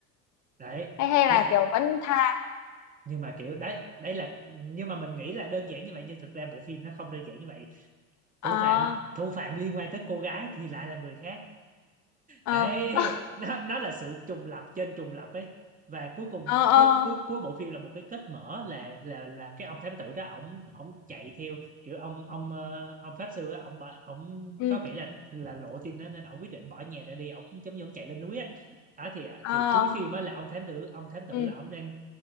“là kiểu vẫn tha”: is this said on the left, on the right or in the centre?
Left